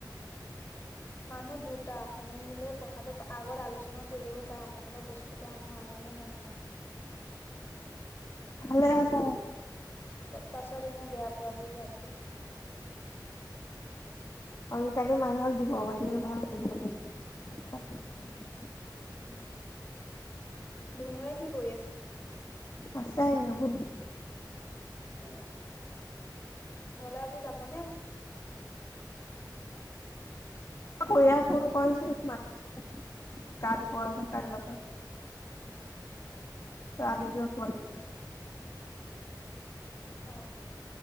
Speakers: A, on the left; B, on the left.
A: মানুহ দুটা সময়ত মিলে কথাটো আগত আলোচনা কৰিবও পাৰে অমুকৰ পৰা বস্তুটা আনো আন- আনো নে নানো।
B: ভালে আছা?
A: তাছত এনেই বেয়া পোৱা পুই হোৱাতকে।
B: অন কালি মানুহক দিব ক এনেই ভাল দিব <unintelligible>
A: উম ধুনুৱে কি কৰি আছ-
B: আছে এনেই বহি।
A: এয় ঘৰলে আজি যাব নে?
B: খুড়ীয়ে ফোন কৰিছিল মাতিছিল গা দিব হেনে কাইলৈকে।
A: এ
B: চালিগ্ৰ ৰখিবলে
A: অ